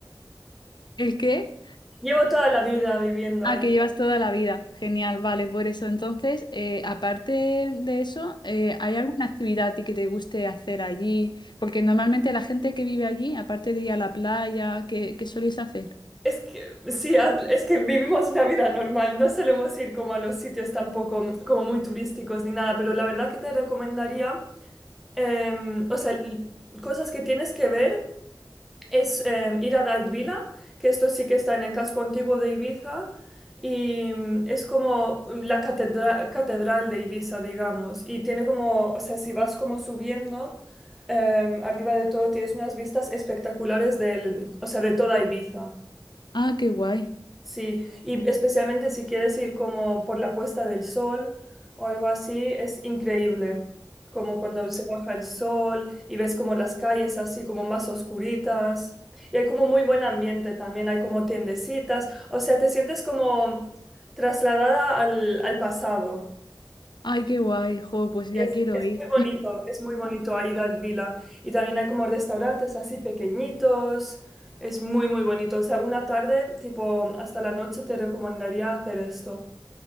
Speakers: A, on the left; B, in the centre.
A: ¿El qué?
B: Llevo toda la vida viviendo ahí.
A: Ah, que llevas toda la vida. Genial, vale, por eso. Entonces, eh, aparte de eso, eh, ¿hay alguna actividad a ti que te guste hacer allí? Porque normalmente la gente que vive allí, aparte de ir a la playa, ¿qué, qué soléis hacer?
B: Es que, sí, a- es que vivimos una vida normal. No solemos ir como a los sitios tampoco como muy turísticos ni nada, pero la verdad que te recomendaría, em, o sea, l- cosas que tienes que ver. es em, ir a Daldvila, que esto sí que está en el casco antiguo de Ibiza, y mm, es como la catedra- catedral de Ibiza, digamos, y tiene como, o sea, si vas como subiendo, em, arriba de todo tienes unas vistas espectaculares del, o sea, de toda Ibiza.
A: Ah, qué guay.
B: Sí, y especialmente si quieres ir como por la puesta del sol o algo así, es increíble. Como cuando se baja el sol y ves como las calles así como más oscuritas. Y hay como muy buen ambiente también, hay como tiendecitas. O sea, te sientes como trasladada al, al pasado.
A: Ay, qué guay. Jo, pues ya
B: Es,
A: quiero
B: es
A: ir.
B: muy bonito, es muy bonito ahí la vila. Y también hay como restaurantes así pequeñitos. Es muy, muy bonito. O sea, una tarde, tipo, hasta la noche te recomendaría hacer esto.